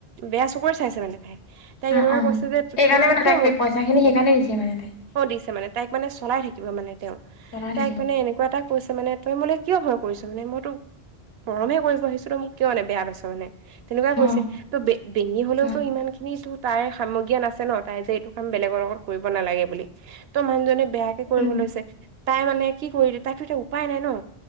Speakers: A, on the right (about 70°); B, on the left (about 75°).
A: বেয়া চকুৰে চাইছে মানে তাই। তাইক
B: অ',
A: এনেকুৱা
B: অ',
A: কৈছে যে,
B: সেইকাৰণে
A: তই
B: মানে
A: কিয়
B: তাইক পইচা খিনি সেইকাৰণে দিছে মানে তাইক
A: অ, দিছে মানে, তাইক মানে, চলাই থাকিব মানে তেওঁ।
B: জনাই
A: তাইক
B: থাকিলো
A: মানে এনে কিবা এটা কৈছে মানে, তই মোক কিয় ভয় কৰিছ মানে, মইটো মৰমে কৰিব আহিছো, তই মোক কিয় মানে, বেয়া পাইছ মানে। তেনেকুৱাই কৰিছে।
B: অ',
A: ত বে-বেঙি হলেওতো
B: অ',
A: ইমান খিনিটো তাইৰ সমগীয়ান নাছে ন। তাই যে এইটো কাম বেলেগৰ লগত কৰিব নালাগে বুলি। ত' মানুহজনে বেয়াকে কৰিব
B: উম,
A: লৈছে। তাই মানে কি কৰি তাইতো এতিয়া উপায় নাই ন,